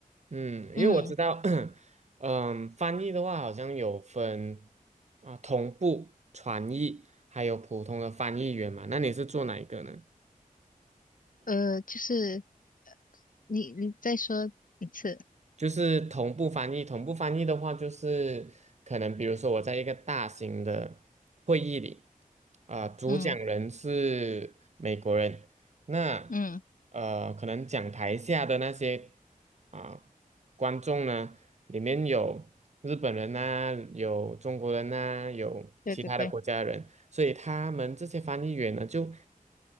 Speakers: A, on the right; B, on the left.
A: 嗯，
B: 嗯，
A: 因为我知道，<clears throat> 嗯，翻译的话好像有分啊，同步传译，还有普通的翻译员嘛。那你是做哪一个呢？
B: 呃，就是你你再说一次，
A: 就是同步翻译，同步翻译的话，就是可能比如说我在一个大型的会议里，啊、主讲人是美国人，
B: 嗯
A: 那呃，
B: 嗯，
A: 可能讲台下的那些啊、观众呢，里面有日本人呐、有中国人呐、有其他的国家的人，
B: 对对对，
A: 所以他们这些翻译员呢，就